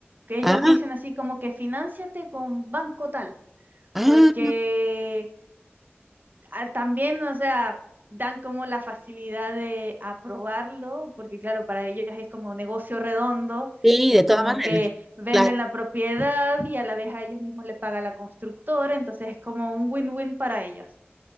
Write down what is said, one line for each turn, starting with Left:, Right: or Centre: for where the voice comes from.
Right: que ellos
Centre: ah,
Right: dicen así como que finánciate con banco tal,
Centre: ah,
Right: porque ah, también, o sea, dan como la facilidad de aprobarlo, porque claro, para ellos es como un negocio redondo,
Centre: sí,
Right: es
Centre: de todas
Right: como
Centre: maneras.
Right: que venden
Centre: Claro.
Right: la propiedad y a la vez a ellos mismos le paga la constructora, entonces es como un win-win para ellos.